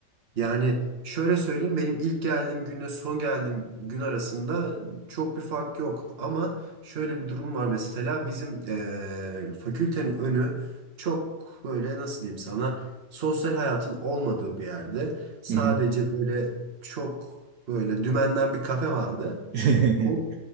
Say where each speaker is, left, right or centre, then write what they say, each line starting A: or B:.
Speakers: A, on the right; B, on the right.
A: Yani şöyle söyleyeyim benim ilk geldiğim günle son geldiğim gün arasında çok bir fark yok ama şöyle bir durum var mesela bizim eee fakültenin önü çok böyle nasıl diyeyim sana sosyal hayatın olmadığı bir yerde sadece
B: Hı hı.
A: böyle çok böyle dümenden bir kafe vardı.
B: <laughs>
A: O